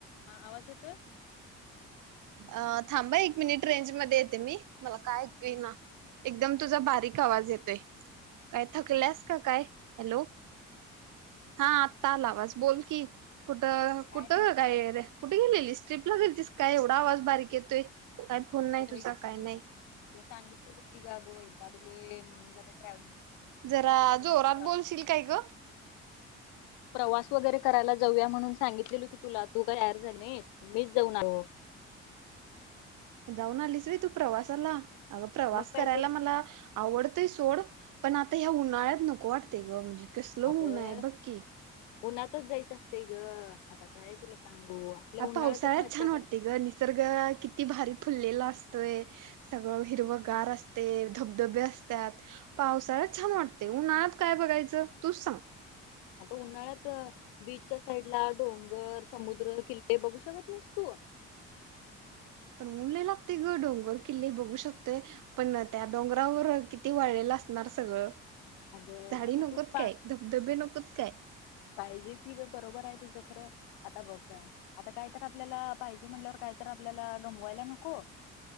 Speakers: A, on the left (about 85°); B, on the right (about 70°).
A: हा आवाज येतोय?
B: अ थांबा एक मिनिट रेंज मध्ये येते मी मला काय ऐकू येईना एकदम तुझा बारीक आवाज येतोय काय थकलीयास? काय हॅलो हा आता आला आवाज बोल की कुठं
A: काय
B: कुठं?
A: नाही
B: कुठे गेलेलीस ट्रीपला गेलतीस काय एवढा आवाज बारीक येतोय? काय फोन
A: आग
B: नाही
A: होय
B: तुझा काय नाही
A: ग तुला सांगितलेलो कि बघ कि अग वैतागलोय म्हणून जरा ट्रॅव्हलिंग
B: जरा जोरात बोलशील काय ग
A: प्रवास वगैरे करायला जाऊया म्हणून सांगितलेल की तुला तु तयार झाली नाहीस मीच जाऊन आलो.
B: जाऊन आलीस वय तू प्रवासाला? अग प्रवास
A: मग काय
B: करायला
A: तर
B: मला आवडतय सो सोड पण आता ह्या उन्हाळ्यात नको वाटतय ग म्हणजे कसलं
A: अगं
B: ऊनय बघ की.
A: उन्हातच जायचं असतय ग आता काय तुला सांगू. आपल्या
B: हा
A: उन्हाळ्यातच
B: पावसाळाच
A: मज्जा
B: छान
A: करायची
B: वाटतयं ग निसर्ग किती भारी फुललेलं असतोय सगळं हिरवंगार असतयं, धबधबे असत्यात, पावसाळ्यात छान वाटतयं, उन्हाळ्यात काय बघायचं तूच सांग.
A: आता उन्हाळ्यात बीचच्या साईडला, डोंगर, समुद्र, किल्ले बघू शकत नाहीस तू?
B: पण ऊन लई लागतय ग डोंगर किल्ले बघू शकतोय पण त्या डोंगरावर किती वाळलेलं असणार सगळं.
A: अग आता
B: झाडी नकोत
A: कुत पा
B: काय धबधबे नकोत काय
A: पाहिजे कि बरोबर आहे तुझ आता बघ न आता काय तर आपल्याला पाहिजे म्हणल्यावर काय तर आपल्याला गमवायला नको.